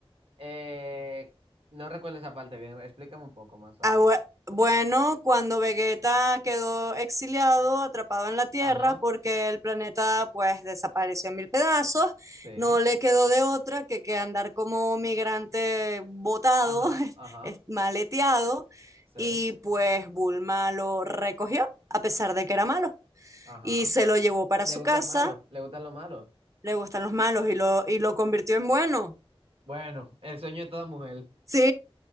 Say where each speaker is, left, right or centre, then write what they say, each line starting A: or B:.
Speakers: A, on the right; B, on the right.
A: Eh, no recuerdo esa parte bien. Explícame un poco más, a
B: Ah,
A: ver.
B: bue- bueno, cuando Vegeta quedó exiliado, atrapado en la Tierra,
A: Ajá,
B: porque el planeta pues desapareció en mil pedazos,
A: Sí,
B: no le quedó de otra que, que andar como migrante botado,
A: ajá,
B: <laughs>
A: ajá.
B: es- maleteado,
A: sí,
B: y pues Bulma lo recogió, a pesar de que era malo,
A: ajá.
B: y se lo llevó para
A: ¿Le
B: su
A: gustan
B: casa,
A: malos? ¿Le gustan los malos?
B: le gustan los malos, y lo, y lo convirtió en bueno.
A: Bueno, el sueño de toda mujer.
B: Sí, <laughs>